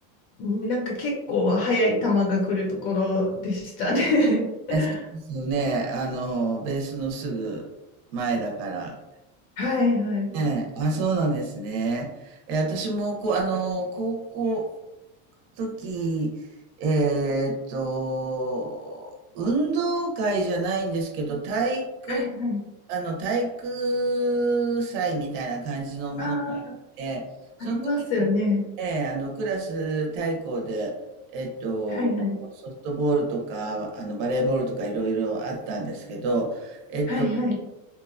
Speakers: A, on the left; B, on the right.
A: なんか結構速い球が来るところでしたね。<laughs>
B: え、そうですよね。あの、ベースのすぐ前だから。
A: はいはい。
B: ええ、あ、そうなんですね。え、私も、こう、あの、高校の時、えーっと、運動会じゃないんですけど、体育、
A: はいはい。
B: あの、体育祭みたいな感じのものがあって、
A: ああ、
B: その時
A: ありますよね。
B: ええ、あの、クラス対抗で、えっと、
A: はいはい。
B: ソフトボールとか、あの、バレーボールとかいろいろあったんですけど、えっと、
A: はいはい。